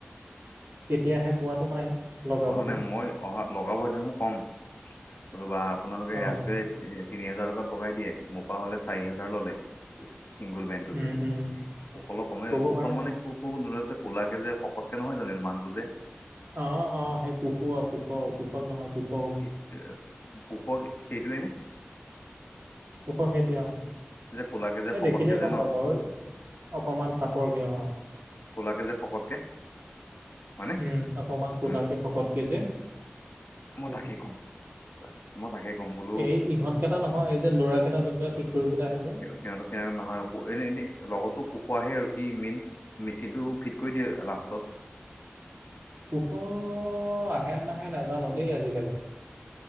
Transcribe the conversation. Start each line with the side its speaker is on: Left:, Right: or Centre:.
Right: কেতিয়াহে কোৱাতটো নাই লগাবলৈ
Left: অহা নাই মই অহা লগাব দিম মই কম নতুবা আপোনালোকে
Right: অ
Left: আজিকালি তিনি হেজাৰ টকাত লগাই দিয়ে মোপা হলে চাৰি হেজাৰ ললে চিংগুল বেণ্ডটোতে
Right: উম উম
Left: কুশলক কমে
Right: ক'ব
Left: কুশল
Right: পাৰা
Left: মানে কো কো যে কোলাকে যে শকতকে নহয় জানো এই মানুহটো যে
Right: অ অ সেই কুশ কুশ কুশল নহয় কুশল
Left: কি কোশ সেইটোৱে নে
Right: কুশ সেইটোৱেই অ
Left: যে ক'লাকে যে
Right: এ
Left: শকতকে
Right: দেখিলেই
Left: যে
Right: গম
Left: ন
Right: পাবা ঐ অকমান চাপৰকে অ
Left: কলাকে যে শকতকে হয়নে
Right: উম অকমান কোলাকে
Left: উম
Right: শকতকে যে
Left: মই
Right: সেইটোৱে
Left: তাকেই ক'ম মই তাকে কম বোলো
Right: এই ইহঁতকেইটা নহয় এই যে ল'ৰা কেইটা যোনকেইটা ঠিক কৰিবলৈ আহে যে
Left: সিহঁতকে আৰু নহয় এ এনে লগৰটো কোশ আহে আৰু সি মেইন মেচিন টো ফিট কৈ দিয়ে লাষ্টত
Right: কোশ আহে নাহে নাজানো দেই আজিকালি